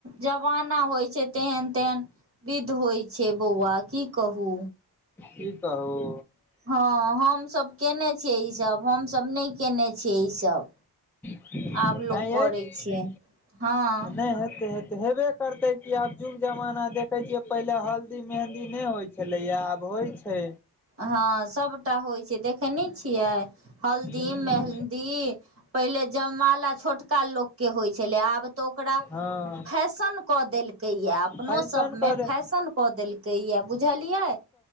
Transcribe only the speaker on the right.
जमाना होइ छै तेहन तेहन विध होइ छै बौआ की कहू
हँ हमसभ केने छियै ईसभ हमसभ नहि कने छियै ईसभ
आब लोक
करै
छै हँ
हँ सभटा होइ छै देखेने छियै हल्दी
मेहन्दी पहिले जयमाला छोटका लोकके होइ छलै आब तऽ ओकरा
फैशन कऽ देलकै यए अपनो
सभमे
फैशन कऽ देलकै यए बुझलियै